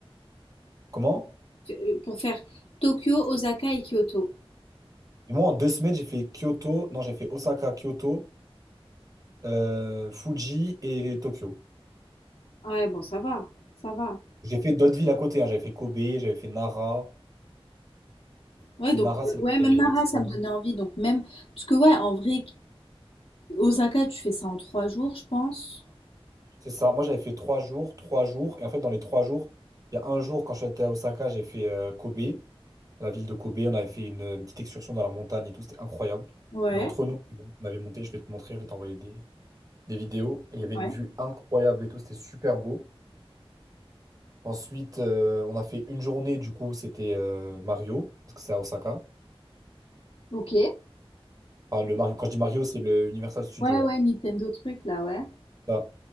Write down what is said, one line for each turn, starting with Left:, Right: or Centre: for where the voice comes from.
Right: Comment?
Left: euh, Pour faire Tokyo, Osaka et Kyoto.
Right: Et moi, en deux semaines, j'ai fait Kyoto, non, j'ai fait Osaka, Kyoto, euh, Fuji et Tokyo.
Left: Ouais, bon, ça va, ça va.
Right: J'ai fait d'autres villes à côté, hein. J'avais fait Kobe, j'avais fait Nara.
Left: Ouais,
Right: Les
Left: donc,
Right: Nara,
Left: euh,
Right: c'est
Left: ouais,
Right: là où
Left: même
Right: il y a
Left: Nara,
Right: les, les petits
Left: ça
Right: bambous.
Left: me donnait envie. Donc, même, parce que, ouais, en vrai, Osaka, tu fais ça en trois jours, je pense.
Right: C'est ça. Moi, j'avais fait trois jours, trois jours. Et en fait, dans les trois jours, il y a un jour, quand j'étais à Osaka, j'ai fait euh, Kobe, la ville de Kobe. On avait fait une, une petite excursion dans la montagne et tout. C'était incroyable.
Left: Ouais,
Right: Mais entre nous, on avait monté. Je vais te montrer, je vais t'envoyer des, des vidéos. Et il y avait une
Left: ouais.
Right: vue incroyable et tout. C'était super beau. Ensuite, euh, on a fait une journée. Du coup, c'était euh, Mario, parce que c'est à Osaka.
Left: Ok.
Right: Enfin, le Mario, quand je dis Mario, c'est le Universal Studio.
Left: Ouais, ouais, Nintendo truc, là, ouais.
Right: hein.